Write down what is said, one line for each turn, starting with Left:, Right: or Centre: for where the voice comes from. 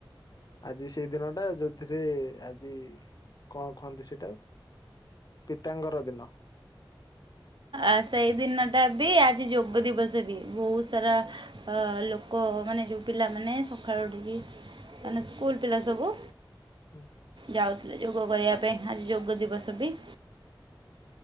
Left: ଆଜି ସେଇ ଦିନ ଟା, ଯଉଥିରେ ଆଜି କଣ କୁହନ୍ତି ସେଇଟାକୁ ପିତାଙ୍କର ଦିନ।
Right: ଆ ସେଇ ଦିନ ଟା ବି, ଆଜି ଯୋଗ ଦିବସ ବି, ବହୁତ ସାରା ଅ ଲୋକ ମାନେ, ଯୋଉ ପିଲାମାନେ, ସକାଳୁ ଉଠିକି ମାନେ ସ୍କୁଲ ପିଲା ସବୁ
Left: ହୁଁ।
Right: ଯାଉଥିଲେ ଯୋଗ କରିବା ପାଇଁ, ଆଜି ଯୋଗ ଦିବସ ବି।